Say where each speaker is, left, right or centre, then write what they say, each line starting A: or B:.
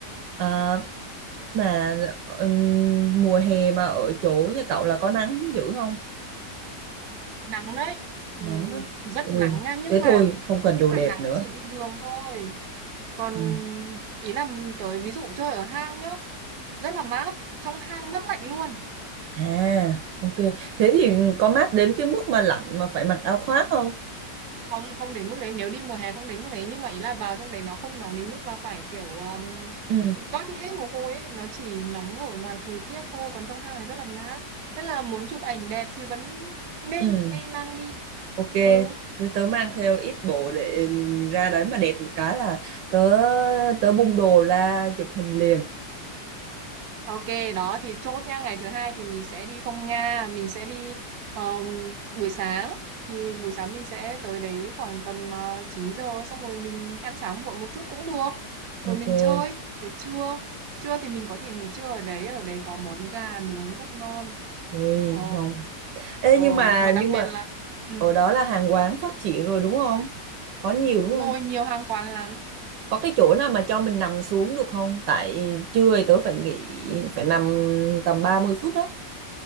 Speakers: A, on the right; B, on the right.
A: à, Mà ờ, mùa hè mà ở chỗ nhà cậu là có nắng dữ không?
B: nắng đấy Ừm,
A: Nắng á.
B: rất
A: Ui,
B: nắng nha nhưng
A: thế
B: mà
A: thôi, không cần
B: nhưng
A: đồ
B: mà
A: đẹp
B: nắng
A: nữa.
B: chỉ đi đường thôi còn
A: Ừ.
B: ý là tới ví dụ chơi ở hang nhá rất là mát trong hang mất lạnh luôn
A: À, ok. Thế thì có mát đến cái mức mà lạnh mà phải mặc áo khoác không?
B: không không đến mức đấy nếu đi mùa hè không đến mức đấy nhưng mà ý là vào trong đấy nó không nóng đến mức mà phải kiểu um,
A: Ừ,
B: toát hết mồ hôi ấy. nó chỉ nóng ở ngoài thời tiết thôi còn trong hang thì rất là mát nên là muốn chụp ảnh đẹp thì vẫn nên
A: ừ.
B: nên mang đi
A: Ok,
B: ừ
A: thế tớ mang theo ít bộ để ra đấy mà đẹp một cái là tớ tớ bung đồ ra chụp hình liền.
B: Ok, đó thì chốt nha, ngày thứ hai thì mình sẽ đi Phong Nha, mình sẽ đi um, buổi sáng thì buổi sáng mình sẽ tới đấy khoảng tầm uh, 9 giờ xong rồi mình ăn sáng muộn một chút cũng được.
A: Ok.
B: Rồi mình chơi tới trưa. Trưa thì mình có thể nghỉ trưa ở đấy, ở đấy có món gà nướng rất ngon.
A: Ui,
B: Ờ
A: ngon. Ê
B: ờ
A: nhưng mà
B: mà đặc
A: nhưng
B: biệt
A: mà
B: là ừ,
A: ở đó là hàng quán phát triển rồi đúng không? Có nhiều
B: đúng
A: đúng không?
B: rồi, nhiều hàng quán lắm.
A: có cái chỗ nào mà cho mình nằm xuống được không tại trưa thì tớ phải nghỉ phải nằm tầm 30 phút đó